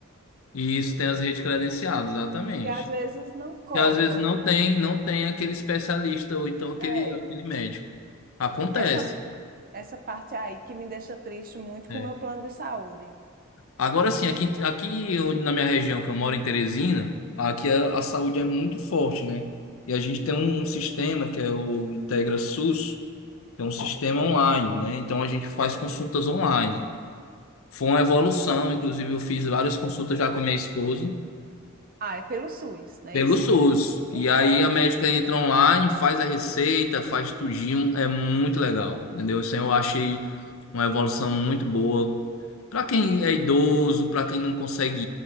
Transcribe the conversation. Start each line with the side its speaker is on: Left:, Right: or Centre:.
Left: E isso tem as redes credenciadas, exatamente.
Right: E às vezes não cobram.
Left: que às vezes não tem, não tem aquele especialista ou então aquele,
Right: É,
Left: aquele médico. Acontece.
Right: essa, essa parte aí que me deixa triste muito
Left: né?
Right: com o meu plano de saúde.
Left: Agora sim, aqui, aqui onde- na minha região que eu moro, em Teresina, aqui a, a saúde é muito forte, né? E a gente tem um, um sistema que é o Integra SUS, que é um sistema online, né? Então a gente faz consultas online. Foi uma evolução, inclusive eu fiz várias consultas já com minha esposa
Right: Ah, é pelo SUS, não
Left: pelo
Right: é isso?
Left: SUS.
Right: E
Left: E aí
Right: é,
Left: a médica
Right: ter-
Left: entra online, faz a receita, faz tudinho, é muito legal, entendeu? Isso eu achei uma evolução muito boa. Pra quem é idoso, pra quem não consegue